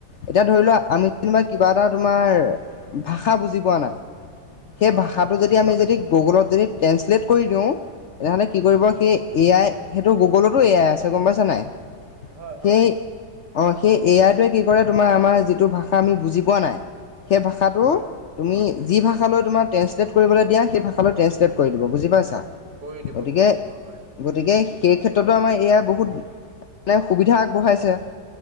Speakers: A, on the left; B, on the right.
A: এতিয়া ধৰি
B: অ
A: লোৱা আমি যেনিবা কিবা এটা তোমাৰ ভাষা বুজি পোৱা নাই। সেই
B: হয়
A: ভাষাটো
B: হয়
A: যদি আমি যদি গুগলত যদি ট্ৰেঞ্চলেট কৰি দিওঁ। তেনেহ'লে কি কৰিব, সেই এ আই সেইটো গুগলতো আছে। গম পাইছা নাই সেই,
B: হয় হয়
A: অ'সেই এয়াৰ টোৱে কিন্তু। পৰা তোমাৰ আমাৰ যিটো ভাষা আমি বুজি পোৱা নাই। সেই ভাষাটো।
B: হয়
A: তুমি যি ভাষালৈ তোমাৰ ট্ৰেঞ্চলেট কৰিবলৈ দিয়া সেই ভাষালৈ ট্ৰেন্ঞ্চলেট দিব বুজি পাইছা।
B: কৰি দিব,
A: গতিকে
B: কৰি দিব হয়।
A: গতিকে সেই ক্ষেত্ৰতো আমাৰ এ আই বহুত মানে সুবিধা আগবঢ়াইছে।